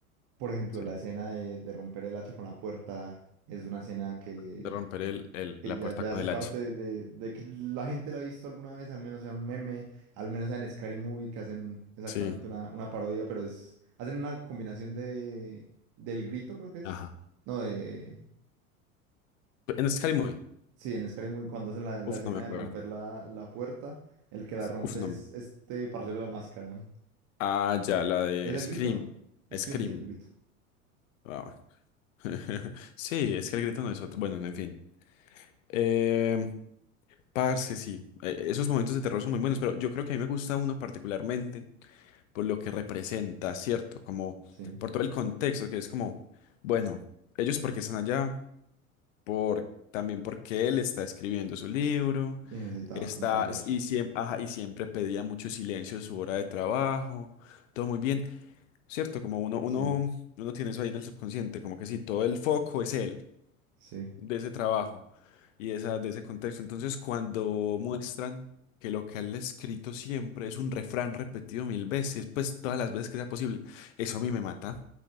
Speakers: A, on the right; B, on the left.
A: Por ejemplo,
B: Sí.
A: la escena de, de romper el hacha con la puerta es una escena que,
B: De romper el, el-
A: que
B: la
A: ya,
B: puerta
A: ya
B: con
A: hace
B: el
A: parte
B: hacha.
A: de, de que la gente la ha visto alguna vez, al menos sea un meme, al menos sea en Scary Movie, que hacen exactamente
B: Sí,
A: una, una parodia, pero es, hacen una combinación de, del grito, creo que es.
B: ajá.
A: No, de...
B: En Scary Movie.
A: Sí, en Scary Movie, cuando hacen la, la
B: Uf,
A: escena
B: no me acuerdo.
A: de romper la, la puerta, el que la rompe
B: Uf, no
A: es
B: me...
A: este parcero de la máscara.
B: Ah, ya, la de
A: Es el
B: Scream.
A: grito, ¿no? Scream,
B: Scream.
A: sí, el grito.
B: Wow. <laughs> Sí, es que el grito no es otro. Bueno, en fin. Eh, parce, sí. Eh, esos momentos de terror son muy buenos, pero yo creo que a mí me gusta uno particularmente por lo que representa, ¿cierto? Como
A: Sí.
B: por todo el contexto, que es como, bueno, ellos porque están allá. por, también porque él está escribiendo su libro,
A: Y necesitaba
B: está,
A: como aislarse.
B: y, siem- ajá, y siempre pedía mucho silencio en su hora de trabajo, todo muy bien, ¿cierto? Como uno, uno,
A: Sí,
B: uno tiene eso ahí en el subconsciente, como que sí, todo el foco es él,
A: sí.
B: de ese trabajo y de, esa, de ese contexto. Entonces, cuando muestran que lo que él ha escrito siempre es un refrán repetido mil veces, pues todas las veces que sea posible, eso a mí me mata.